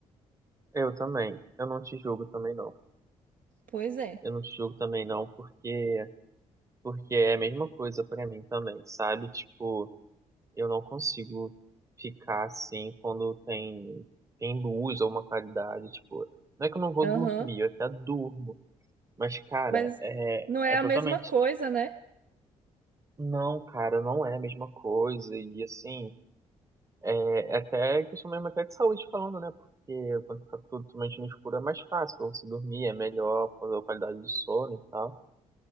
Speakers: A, on the right; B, on the right.
A: eu também. Eu não te julgo também não.
B: Pois é.
A: Eu não te julgo também não, porque porque é a mesma coisa pra mim também, sabe? Tipo, eu não consigo ficar assim quando tem tem luz ou uma qualidade, tipo, não é que eu não vou
B: Aham.
A: dormir, eu até durmo, mas cara,
B: Mas
A: é
B: não é
A: é
B: a
A: totalmente,
B: mesma coisa,
A: tipo,
B: né?
A: não, cara, não é a mesma coisa e assim, É, é até questão mesmo até de saúde falando, né? Porque quando tá tudo totalmente no escuro é mais fácil pra você dormir, é melhor, fazer a qualidade do sono e tal.